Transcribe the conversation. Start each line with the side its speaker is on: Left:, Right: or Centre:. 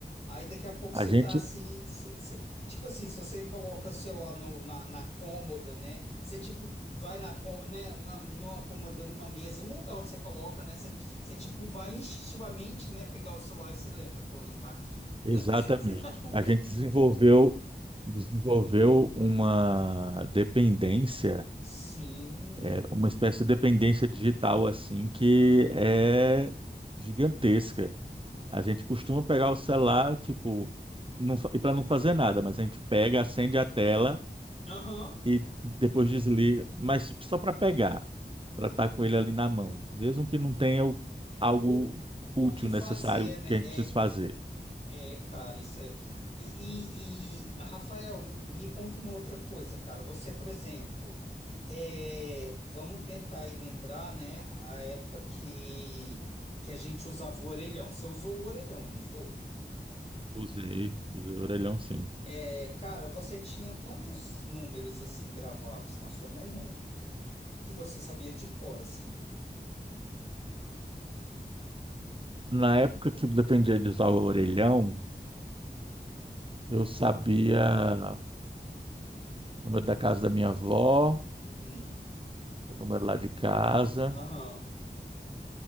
Left: Aí daqui a pouco
Right: a
Left: você
Right: gente,
Left: tá assim, você Tipo assim, se você coloca o celular no- na, na cômoda, né? Você, tipo, vai na, cô- né? na, numa cômoda, numa mesa, num lugar onde você coloca, né? Você, você, tipo, vai instintivamente, né? Pegar o celular e você lembra, pô, não tá aqui.
Right: exatamente.
Left: <laughs>
Right: A gente desenvolveu, desenvolveu uma dependência,
Left: Sim.
Right: é, uma espécie de dependência digital, assim, que é gigantesca. A gente costuma pegar o celular, tipo, não, fa- e para não fazer nada, mas a gente pega, acende a tela.
Left: Aham.
Right: e depois desliga, mas só para pegar, para estar com ele ali na mão, mesmo que não tenha o- algo
Left: O,
Right: útil,
Left: o que fazer,
Right: necessário
Left: né?
Right: que a gente
Left: É
Right: precise fazer.
Left: É, cara, isso é. E, e, Rafael, m- me conta uma outra coisa, cara. Você, por exemplo, é, vamos tentar aí lembrar, né, a época que, que a gente usava o orelhão. Você usou o orelhão, não usou?
Right: Usei, usei o orelhão sim.
Left: É, cara, você tinha quantos números assim gravados na sua memória que você sabia de cor, assim?
Right: Na época que dependia de usar o orelhão, eu sabia o número da casa da minha avó,
Left: Uhum.
Right: o número lá de casa,
Left: Aham.